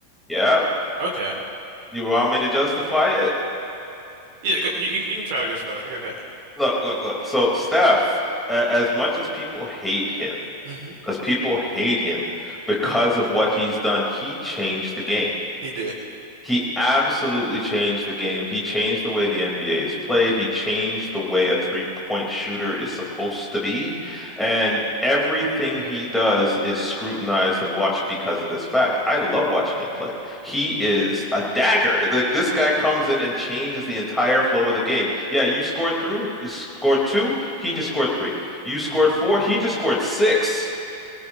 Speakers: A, in the centre; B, on the right.
A: Yeah,
B: Okay.
A: you want me to justify it?
B: Yeah, go, you you you can try to go for that. Go ahead.
A: Look, look, look. So Steph, a- as much as people hate him,
B: hmm
A: because people hate him because of what he's done, he changed the game.
B: He did.
A: He absolutely changed the game. He changed the way the NBA is played. He changed the way a three-point shooter is
B: Mm,
A: supposed to be. And everything he does is scrutinized and watched because of this fact. I love watching him play. He
B: Yeah.
A: is a dagger. Like this guy comes in and changes the entire flow of the game. Yeah, you scored through, scored two, he just scored three. You scored
B: Mm,
A: four, he just scored six.